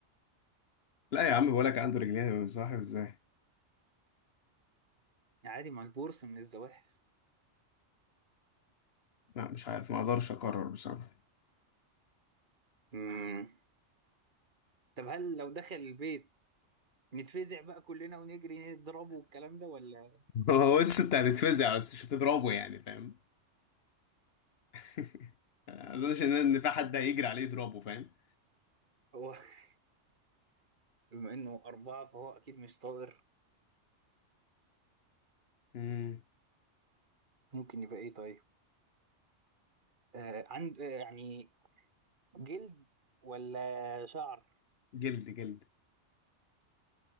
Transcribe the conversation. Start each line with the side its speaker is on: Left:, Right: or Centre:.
Left: لا يا عم بقولك عنده رجلين صاحب ازاي
Right: عادي ما البورصة من الزواحف
Left: لا مش عارف ما اقدرش اقرر بصراحة <laughs>
Right: مم. طب هل لو دخل البيت نتفزع بقى كلنا ونجري نضربه والكلام ده ولا
Left: هو بس انت هتتفزع بس مش هتضربه يعني فاهم <laughs> ما اظنش ان ان في حد هيجري عليه يضربه فاهم
Right: هو <laughs> بما انه أربعة فهو أكيد مش طائر
Left: مم.
Right: ممكن يبقى إيه طيب آه عند آه يعني جلد ولا شعر
Left: جلد جلد